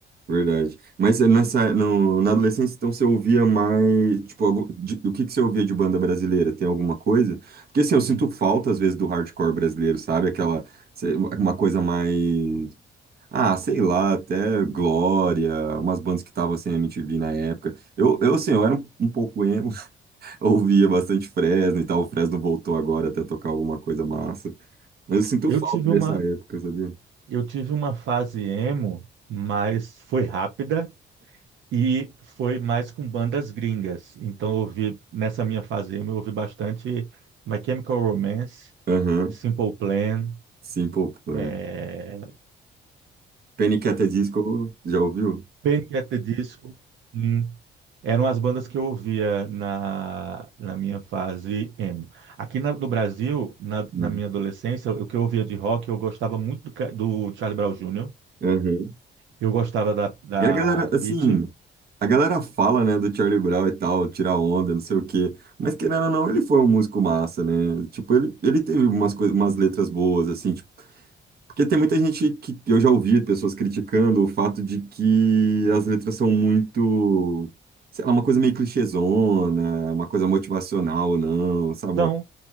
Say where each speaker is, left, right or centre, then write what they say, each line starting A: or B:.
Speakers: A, on the right; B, on the right.
A: Verdade. Mas eh, nessa, no, na adolescência, então, você ouvia mais, tipo, algum, de- do que que você ouvia de banda brasileira? Tem alguma coisa? Porque, assim, eu
B: De-
A: sinto falta, às vezes, do hardcore brasileiro, sabe? Aquela, sei- uma coisa mais, ah, sei lá, até Glória, umas bandas que estavam, assim, na MTV na época. Eu, eu, assim, eu era um, um pouco emo, <laughs> eu ouvia bastante Fresno e tal, o Fresno voltou agora até tocar alguma coisa massa. Mas eu sinto
B: eu
A: falta
B: tive
A: dessa
B: uma,
A: época, sabia?
B: eu tive uma fase emo, mas foi rápida e foi mais com bandas gringas. Então eu ouvi, nessa minha fase emo, eu ouvi bastante My Chemical Romance,
A: Aham,
B: Simple Plan,
A: Simple Plan.
B: é,
A: Panic! At the Disco, já ouviu?
B: Panic at the Disco. Sim. Eram as bandas que eu ouvia na, na minha fase emo. Aqui na- no Brasil, na,
A: Uhum.
B: na minha adolescência, o que eu ouvia de rock, eu gostava muito do, Ca- do Charlie Brown Jr.,
A: Uhum.
B: eu gostava da, da
A: E a galera, assim,
B: Pitty.
A: a galera fala, né, do Charlie Brown e tal, tirar onda, não sei o quê. Mas querendo ou não, ele foi um músico massa, né? Tipo, ele, ele teve umas coisas, umas letras boas, assim, tipo, porque tem muita gente que eu já ouvi pessoas criticando o fato de que as letras são muito, sei lá, uma coisa meio clichêzona, uma coisa motivacional ou não, sabe? Uma
B: São,